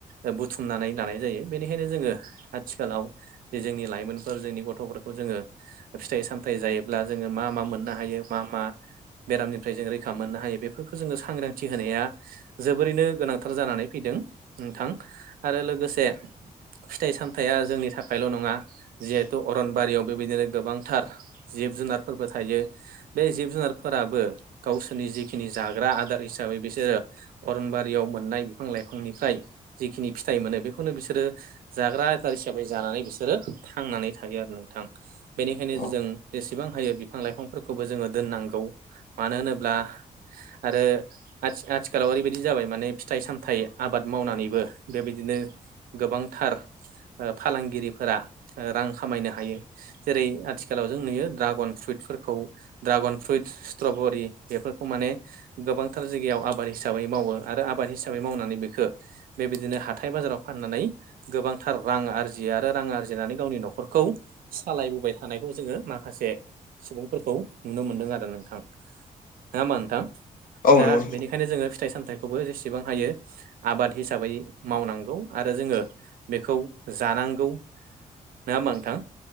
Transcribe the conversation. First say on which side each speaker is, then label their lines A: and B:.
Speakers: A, on the right (about 85°); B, on the left (about 70°).
A: ओ बुथुमनानै लानाय जायो बेनिखायनो जोङो आथिखालाव जे जोंनि लाइमोनफोर जोंनि गथ'फोरखौ जोङो फिथाइ सामथाइ जायोब्ला जोङो मा मा मोननो हायो मा मा बेरामनिफ्राय जों रैखा मोननो हायो बेफोरखौ जोङो सांग्रांथि होनाया जोबोरैनो गोनांथार जानानै फैदों। नोंथां आरो लोगोसे फिथाइ सामथाइया जोंनि थाखायल' नङा। जिहेथु अरनबारियाव बेबायदिनो गोबांथार जिब जुनारफोरबो थायो। बे जिब जुनारफोराबो गावसोरनि जिखिनि जाग्रा आदार हिसाबै बिसोरो अरनबारियाव मोननाय बिफां लाइफांनिफ्राय जिखिनि मोनो बेखौनो बिसोरो जाग्रा आदार हिसाबै जानानै बिसोरो थांनानै थायो आरो नोंथां। बेनिखायनो
B: औ
A: जों जेसेबां हायो बिफां लाइफांफोरखौबो जोङो दोननांगौ मानो होनोब्ला आरो आथि आथिखालाव ओरैबायदि जाबाय माने फिथाइ सामथाइ आबाद मावनानैबो बेबायदिनो गोबांथार ओ फालांगिरिफोरा ओ रां खामायनो हायो। जेरै आथिखालाव जों नुयो ड्रागन फ्रुइटफोरखौ ड्रागन फ्रुइट स्ट्रबरि बेफोरखौ माने गोबांथार जायगायाव आबाद हिसाबै मावो आरो आबाद हिसाबै मावनानै बेखो बेबायदिनो हाथाय बाजाराव फाननानै गोबांथार रां आरजियो आरो रां आरजिनानै गावनि न'खरखौ सालायबोबाय थानायखौ जोङो माखासे सुबुंफोरखौ नुनो मोनदों आरो नोंथां। नोंङा होमबा नोंथां
B: औ
A: दा
B: नंगौ नोंथां
A: बेनिखायनो जोङो फिथाइ सामथाइखौबो जेसेबां हायो आबाद हिसाबै मावनांगौ आरो जोङो बेखौ जानांगौ। नोंङा होमबा नोंथां।